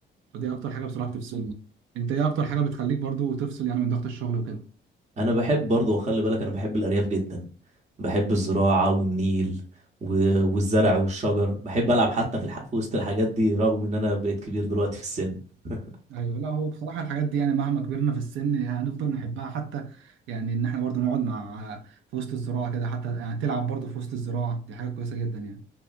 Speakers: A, on the right; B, on the right.
A: فدي اكتر حاجه بصراحه بتفصلني انت ايه اكتر حاجه بتخليك برضو تفصل يعني من ضغط الشغل وكده
B: انا بحب برضه وخلي بالك انا بحب الارياف جدا بحب الزراعه والنيل و- والزرع والشجر بحب العب حتى في, الح... في وسط الحاجات دي رغم ان انا بقيت كبير دلوقتي في السن <laughs>
A: ايوه لا هو بصراحه الحاجات دي يعني مهما كبرنا في السن هنفضل نحبها حتى يعني ان احنا برضو نقعد مع في وسط الزراعه كده حتى يعني تلعب برضو في وسط الزراعه دي حاجه كويسه جدا يعني